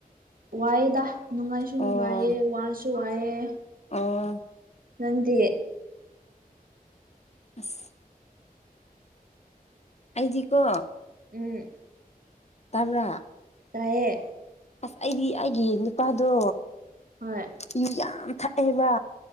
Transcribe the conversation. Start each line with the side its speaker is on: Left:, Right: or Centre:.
Right: ꯋꯥꯏꯗ ꯅꯨꯡꯉꯥꯏꯁꯨ
Left: ꯑꯣ
Right: ꯅꯨꯡꯉꯥꯏꯌꯦ ꯋꯥꯁꯨ ꯋꯥꯏꯑꯦ
Left: ꯑꯣ
Right: ꯅꯟꯦ
Left: ꯑꯁ ꯑꯖꯤ ꯀꯣ
Right: ꯎꯝ
Left: ꯇꯕ꯭ꯔꯥ
Right: ꯇꯌꯦ
Left: ꯑꯁ ꯑꯩꯗꯤ ꯑꯩꯒꯤ ꯅꯨꯄꯥꯗꯣ
Right: ꯍꯣꯏ
Left: ꯌ ꯌꯥꯝ ꯊꯛꯑꯦꯕ